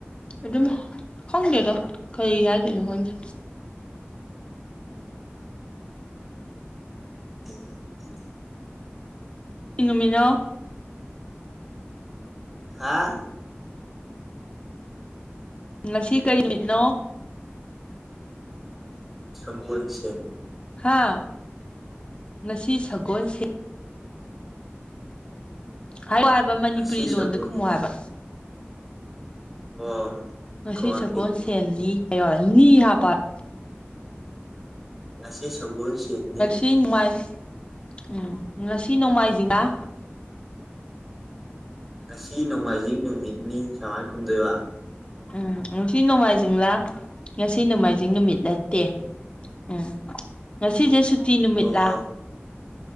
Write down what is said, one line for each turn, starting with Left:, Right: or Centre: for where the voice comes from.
Left: ꯑꯗꯨꯝ ꯈꯪꯗꯦꯗ ꯀꯩ ꯍꯥꯏꯗꯣꯏꯅꯣ ꯈꯪꯗꯦ
Centre: <unintelligible>
Left: ꯀꯩ ꯅꯨꯃꯤꯠꯅꯣ
Centre: ꯍꯥꯥ
Left: ꯉꯁꯤ ꯀꯔꯤ ꯅꯨꯃꯤꯠꯅꯣ
Centre: ꯁꯒꯣꯟꯁꯦꯟ
Left: ꯍꯥꯥ ꯉꯁꯤ ꯁꯒꯣꯜꯁꯦꯟ ꯍꯥꯏꯔꯣꯍꯥꯏꯕ ꯃꯅꯤꯄꯨꯔꯤ
Centre: ꯉꯁꯤ
Left: ꯂꯣꯟꯗ
Centre: ꯁꯒꯣꯜꯁꯦꯟ
Left: ꯈꯨꯝꯃꯣ ꯍꯥꯏꯕ
Centre: ꯑꯣ
Left: ꯉꯁꯤ
Centre: ꯈꯨꯝꯃꯛꯀꯦ
Left: ꯁꯒꯣꯜꯁꯦꯟꯅꯤ ꯍꯥꯏꯌꯣ ꯍꯥꯏꯕ ꯅꯤ ꯍꯥꯞꯄꯣ ꯍꯥꯏꯕ
Centre: ꯉꯁꯤ ꯁꯒꯣꯜꯁꯦꯟꯅꯤ
Left: ꯁꯤ ꯅꯣꯡꯃꯥꯏ ꯎꯝ ꯉꯁꯤ ꯅꯣꯡꯃꯥꯏꯖꯤꯡ ꯔꯥ
Centre: ꯉꯁꯤ ꯅꯣꯡꯃꯥꯏꯖꯤꯡ ꯅꯨꯃꯤꯠꯅꯤ ꯁꯃꯥꯏ ꯈꯨꯝꯗꯣꯏꯕ
Left: ꯎꯝ ꯉꯁꯤ ꯅꯣꯡꯃꯥꯏꯖꯤꯡꯂꯥ ꯉꯁꯤ ꯅꯣꯡꯃꯥꯏꯖꯤꯡ ꯅꯨꯃꯤꯠ ꯅꯠꯇꯦ ꯎꯝ ꯉꯁꯤꯖꯦ ꯁꯨꯇꯤ ꯅꯨꯃꯤꯠꯂꯥ
Centre: ꯑꯣ